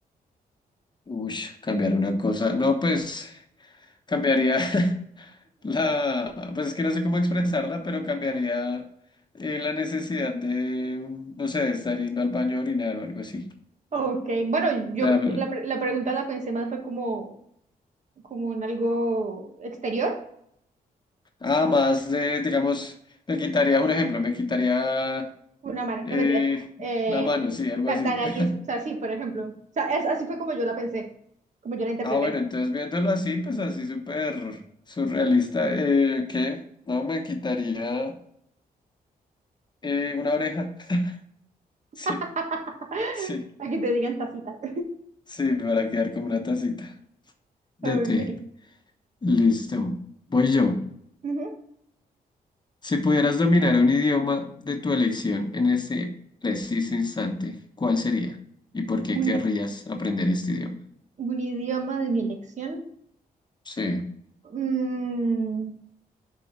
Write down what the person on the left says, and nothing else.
Uy, cambiar una cosa. No, pues cambiaría <laughs> la, pues es que no sé cómo expresarla, pero cambiaría eh, la necesidad de, no sé, de estar yendo al baño a orinar o algo así.
O
sea,
además de, digamos, me quitaría un ejemplo, me quitaría
eh,
la mano, sí, algo
así.
<laughs>
Ah, bueno, entonces viéndolo así, pues así súper surrealista, eh, ¿qué? No, me quitaría eh, una oreja. <laughs>
Sí, sí,
sí, para quedar como una tacita. de
té. Listo. Voy yo.
Si pudieras dominar un idioma de tu elección en este preciso instante, ¿cuál sería? ¿Y por qué
querrías aprender este idioma?
Sí,